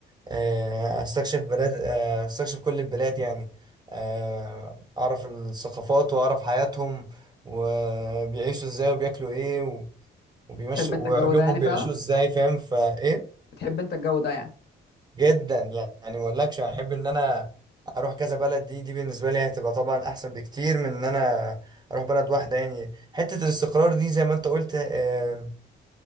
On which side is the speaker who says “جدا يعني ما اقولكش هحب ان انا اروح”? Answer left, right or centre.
Right